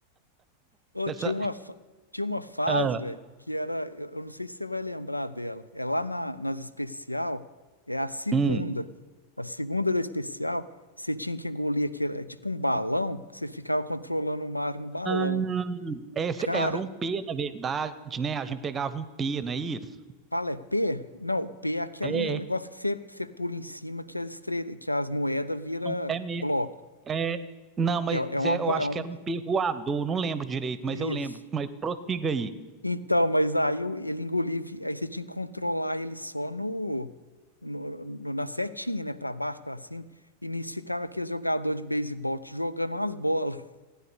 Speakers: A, on the left (about 85°); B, on the right (about 20°).
A: Ô,
B: Essa...
A: tinha uma, fa- tinha uma fase,
B: Ah,
A: velho, que era. Eu, eu não sei se você vai lembrar dela. É lá na- nas especial, é a segunda.
B: hum.
A: A segunda da especial, você tinha que engolir aquele. É tipo um balão, que você ficava controlando o mar no balão.
B: Hum, Esse
A: Cara,
B: era um P, na verdade, né? A gente pegava um P, não é isso?
A: fala é P? Não, P é aquele
B: É,
A: negócio que você, você pula em cima que as estrelas, que as moedas vira
B: é mesmo.
A: bloco.
B: É... Não, mas
A: É, é uma.
B: é,
A: bo-
B: eu acho
A: É um,
B: que era um P voador, não lembro direito,
A: isso.
B: mas eu lembro. Mas prossiga aí.
A: Então, mas aí o- ele engoliu, vi- aí você tinha que controlar ele só no, no- no- na setinha, né? Pra baixo, pra cima. E nisso ficava aquele jogador de beisebol te jogando umas bolas. <laughs>